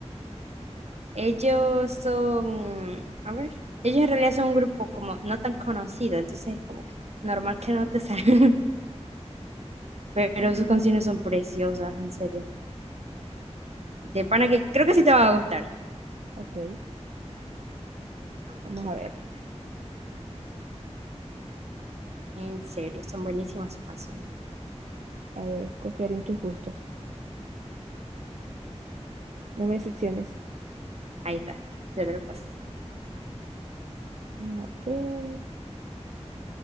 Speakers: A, on the right; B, on the right.
A: Ellos son, a ver, ellos en realidad son un grupo como no tan conocido, entonces como que normal que no te salgan, <laughs> pero sus canciones son preciosas, en serio. De pana que creo que sí te va a gustar.
B: Ok,
A: Ah,
B: vamos
A: Aquí
B: a
A: están,
B: ver.
A: mira. en serio, son buenísimas sus canciones.
B: A ver, confiar en tus gustos. No me decepciones.
A: Ahí está, ya te lo paso.
B: Vamos a ver.